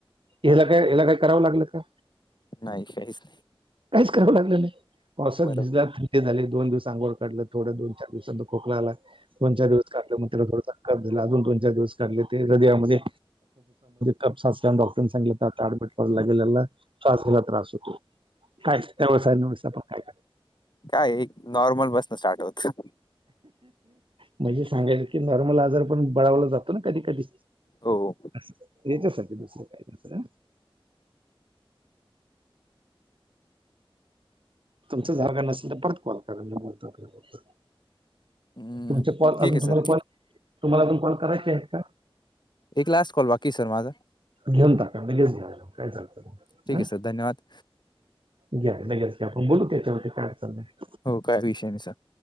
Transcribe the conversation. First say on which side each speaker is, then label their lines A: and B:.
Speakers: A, on the right; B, on the left.
A: हेला काय, हेला काय करावं लागलं का?
B: नाही काहीच नाही.
A: काहीच करावं लागलं नाही. पावसात
B: बरोबर
A: भिजत ते झाले एक दोन दिवस आंगोळ काढलं थोढं दोन-चार दिवसां खोकला आला. दोन-चार दिवस काढल त्याला थोड झाला अजून दोन-चार दिवस. काढले ते झाले <unintelligible> मध्ये कपसा असल्यामुळ तेने सांगितले <unintelligible> <unintelligible> ला शवासेला त्रास होतो. काय व्यवसाय्यव पण <unintelligible> काय.
B: काय एक नॉर्मल बसनं स्टार्ट होत.
A: म्हणजे सांगायच की नॉर्मल आजार पण बळावला जातो ना कधी-कधी.
B: हो
A: असं याच्यासाठी दुसर काही नाही सोडा. तुमचं झालं नसेल तर परत कॉल करा मी बोलतो आपल्याबदल.
B: हम्म,
A: तुमचा कॉल
B: ठीक
A: अजून
B: आहे सर
A: तुम्हाला कॉल तुम्हाला अजून कॉल करायचे आहेत का?
B: एक लास्ट कॉल बाकी ये सर माझा.
A: घेऊन टाका लगेच घ्या काय चालतं.
B: ठीक आहे सर धन्यवाद
A: घ्या लगेच घ्या आपण बोलू त्याच्यावरती काय अडचण नाही.
B: हो काय विषय नाही सर.